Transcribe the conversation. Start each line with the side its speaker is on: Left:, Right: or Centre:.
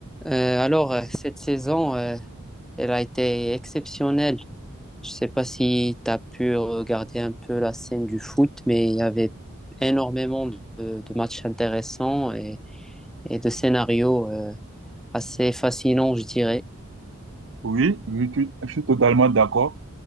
Centre: Euh, alors, euh, cette saison, euh, elle a été exceptionnelle. Je ne sais pas si tu as pu regarder un peu la scène du foot, mais il y avait énormément de, de matchs intéressants et, et de scénarios euh, assez fascinants, je dirais.
Right: Oui, oui, tu- je suis totalement d'accord.